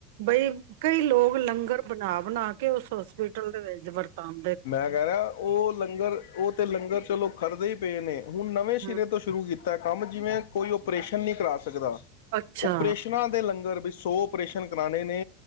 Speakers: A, on the right (about 75°); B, on the left (about 85°).
A: ਬਈ ਕਈ ਲੋਕ ਲੰਗਰ ਬਣਾ ਬਣਾ ਕੇ ਉਸ ਹੋਸਪਿਟਲ ਦੇ ਵਿੱਚ ਵਰਤਾਨ
B: ਮੈਂ ਕਹਿ ਰਿਹਾ ਉਹ ਲੰਗਰ ਉਹ ਤੇ ਲੰਗਰ ਚਲੋ ਕਰਦੇ ਹੀ ਪਏ ਨੇ ਹੁਣ ਨਵੇਂ ਸਿਰੇ
A: ਹਮ
B: ਤੋਂ ਸ਼ੁਰੂ ਕੀਤਾ ਕੰਮ ਜਿਵੇਂ ਕੋਈ ਓਪਰੇਸ਼ਨ ਨਹੀਂ ਕਰਾ ਸਕਦਾ
A: ਅੱਛਾ
B: ਓਪਰੇਸ਼ਨਾਂ ਦੇ ਲੰਗਰ ਸੌ ਓਪਰੇਸ਼ਨ ਕਰਾਉਣੇ ਨੇ